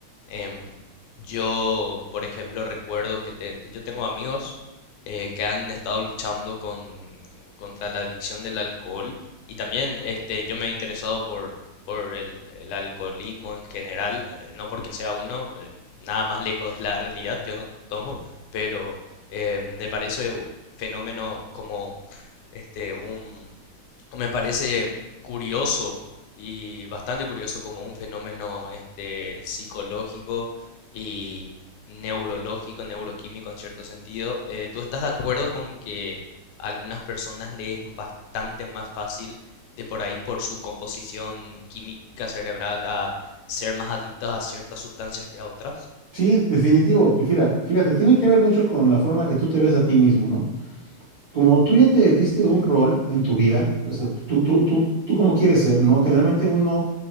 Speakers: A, on the left; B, on the right.
A: em, yo, por ejemplo, recuerdo que te- yo tengo amigos eh, que han estado luchando con, contra la adicción del alcohol y también este, yo me he interesado por, por el, el alcoholismo en general, eh, no porque sea uno, eh, nada más lejos de la realidad, yo no tomo, pero eh, me parece un fenómeno como este, un, me parece curioso y bastante curioso como un fenómeno este, psicológico y neurológico, neuroquímico en cierto sentido. Eh, ¿tú estás de acuerdo con que a algunas personas les es bastante más fácil de por ahí por su composición química cerebral a ser más adictos a ciertas sustancias que a otras?
B: Sí, definitivo. Y fíjate, fíjate, tiene que ver mucho con la forma que tú te ves a ti mismo, ¿no? como tú ya te diste un rol en tu vida, o sea, tú, tú, tú, tú cómo quieres ser, ¿no? Generalmente uno